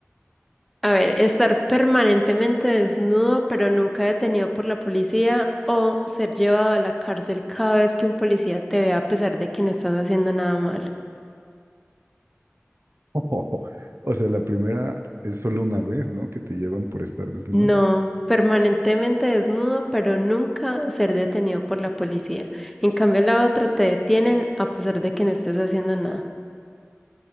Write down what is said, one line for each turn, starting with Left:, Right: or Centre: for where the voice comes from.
Centre: A ver, estar permanentemente desnudo pero nunca detenido por la policía o ser llevado a la cárcel cada vez que un policía te vea a pesar de que no estás haciendo nada malo.
Right: <laughs> O sea, la primera es solo una vez, ¿no? Que te llevan por estar desnudo.
Centre: No, permanentemente desnudo pero nunca ser detenido por la policía. En cambio, la otra te detienen a pesar de que no estés haciendo nada.